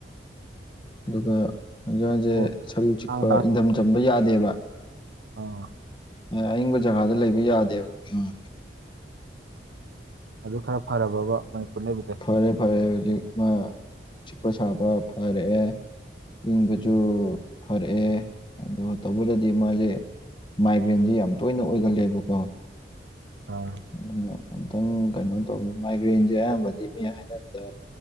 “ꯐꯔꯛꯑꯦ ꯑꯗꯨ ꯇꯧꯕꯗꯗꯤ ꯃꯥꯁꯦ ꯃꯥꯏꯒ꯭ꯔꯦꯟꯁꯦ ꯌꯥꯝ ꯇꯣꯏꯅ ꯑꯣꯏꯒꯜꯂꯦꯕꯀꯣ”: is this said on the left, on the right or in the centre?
Left